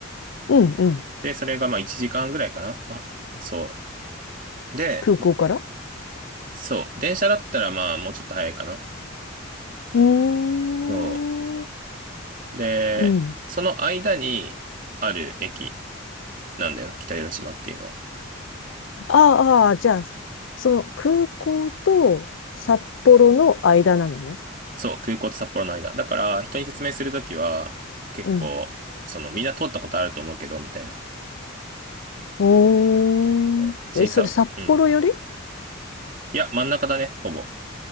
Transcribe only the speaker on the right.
で、それがまあ1時間ぐらいかな。あ、そう。で、
そう。電車だったらまあもうちょっと早いかな。
そう。で、
その間にある駅なんだよ。北広島っていうのは。
そう。空港と札幌の間。だから人に説明するときは結構、
そのみんな通ったことあると思うけど、みたいな。
うん、審査、
うん。いや、真ん中だね、ほぼ。